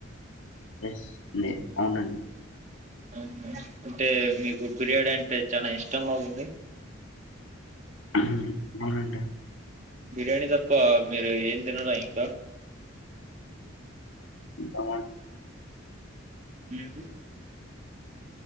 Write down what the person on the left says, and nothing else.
స్ మే అవునండి
హు అవునండి
అవ్